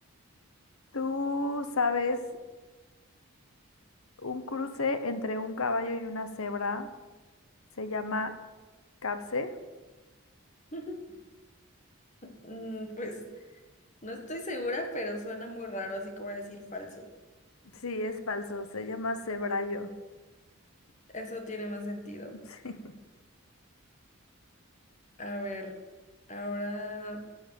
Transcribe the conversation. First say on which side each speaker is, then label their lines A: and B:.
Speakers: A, on the left; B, on the left.
A: ¿tú sabes un cruce entre un caballo y una cebra se llama capse?
B: <laughs> Mm, Pues no estoy segura, pero suena muy raro, así que voy a decir falso.
A: Sí, es falso, se llama cebrallo. <laughs>
B: Eso tiene más sentido.
A: Sí,
B: A ver, ahora